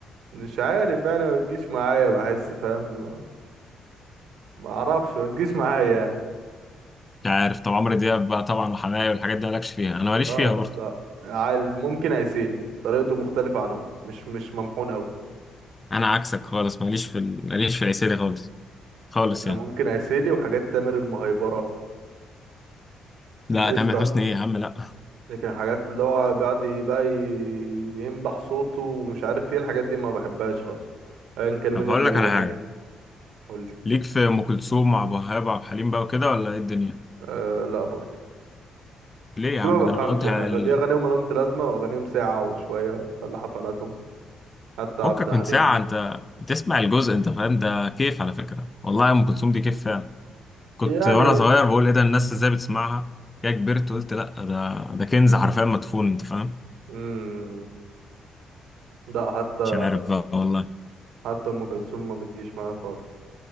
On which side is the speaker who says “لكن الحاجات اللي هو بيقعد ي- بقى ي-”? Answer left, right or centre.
Right